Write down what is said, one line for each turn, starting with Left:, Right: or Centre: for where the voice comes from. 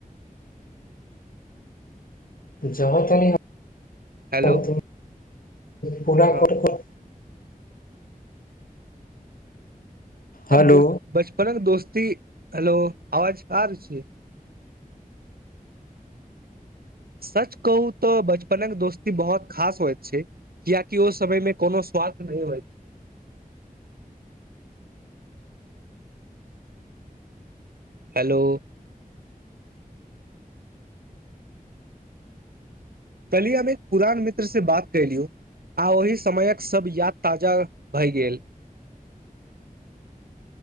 Left: जहाँ तनी हम
Right: हेलो
Left: तुम पूरा
Right: हँ
Left: कर कऽ
Right: अब
Left: हेलो
Right: ब बचपनक दोस्ती हेलो आवाज कार छैय सच कहू तऽ बचपनक दोस्ती बहुत खास होयत छैय कियाकि ओहि समय मे कोनो स्वार्थ नहि होइत छै हेलो कल्हि हम एक पुरान मित्र से बात कैयलू आ ओहि समयक सभ याद ताजा भए गेल <inaudible>